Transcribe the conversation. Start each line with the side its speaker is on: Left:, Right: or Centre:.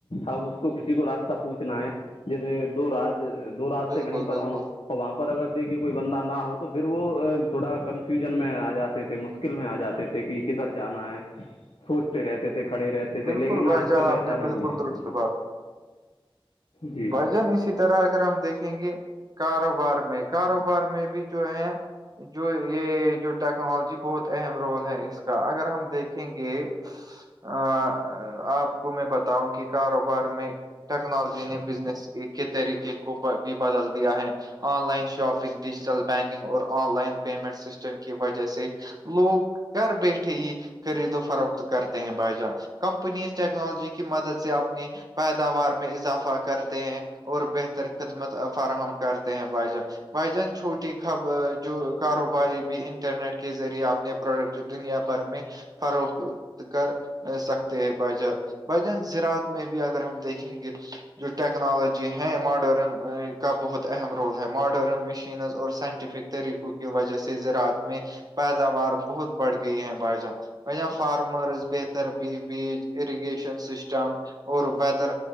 Left: اب اس کو کسی کو راستہ پوچھنا ہے جیسے دو راج دو راستے
Right: بالکل
Left: کہیں پر
Right: بالکل
Left: ہوں اور وہاں پر اگر دیکھیے کوئی بندہ نہ ہو تو پھر وہ تھوڑا کنفیوژن میں آ جاتے تھے مشکل میں آ جاتے تھے کہ کدھر جانا ہے سوچتے رہتے تھے کھڑے رہتے تھے
Right: بالکل
Left: لیکن آج
Right: بھائی جان
Left: کل ایسا
Right: آپ نے
Left: نہیں
Right: بالکل
Left: ہے
Right: درست
Left: جی
Right: ب ج <inaudible> اسی طرح اگر ہم دیکھیں گے کاروبار میں کاروبار میں بھی جو ہے جو یہ جو ٹیکنالوجی بہت اہم رول ہے اس اگر ہم دیکھیں گے ا آپ کو میں بتاؤں کہ کاروبار میں ٹیکنالوجی نے بزنس کے طریقے کو بھی بدل دیا ہے online shopping digital banking اور آن لائن پیمنٹ سسٹم کی وجہ سے لوگ گھر بیٹھے ہی خرید و فروخت کرتے ہیں بھائی جان کمپنیز ٹیکنالوجی کی مدد سے اپنی پیداوار میں اضافہ کرتے ہیں اور بہتر خدمت فراہم کرتے ہیں باجان بھائی جان چھوٹی خبر جو کاروباری بھی انٹرنیٹ کے ذریعے آپ نے پروڈکٹ دنیا بھر میں فروخت کر سکتے ہیں بھائی جار بھائی جان زرات میں بھی اگر ہم دیکھیں گے جو ٹیکنالوجی ہیں ماڈرن کا بہت اہم رول ہے ماڈرن مشینز اور سائنٹیفک طریقوں کی وجہ سے زرعت میں پیداوار بہت بڑھ گئی ہے بائی جان ب جاں فارم مرس بہتر بیچ ارگیشن سشٹم اور ویدر